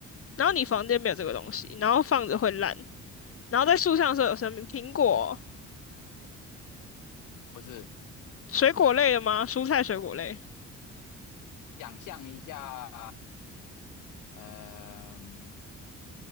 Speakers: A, on the left; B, on the left.
A: 然后你房间没有这个东西，然后放着会烂，然后在树上的时候有生命，
B: 嗯，
A: 苹果、
B: 不是，
A: 水果类的吗？蔬菜、水果类，
B: 想象一下，嗯、